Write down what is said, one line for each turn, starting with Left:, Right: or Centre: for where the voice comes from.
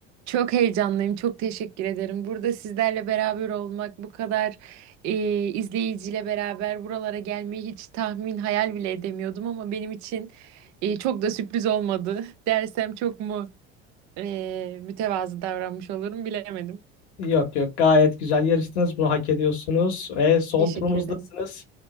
Right: çok heyecanlıyım. Çok teşekkür ederim. Burada sizlerle beraber olmak, bu kadar e, izleyiciyle beraber buralara gelmeyi hiç tahmin, hayal bile edemiyordum ama benim için e, çok da sürpriz olmadı. <laughs> Dersem çok mu e, mütevazı davranmış olurum bilemedim.
Left: Yok yok, gayet güzel yarıştınız. Bunu hak ediyorsunuz ve son
Right: Teşekkür
Left: turumuzdasınız.
Right: ederim.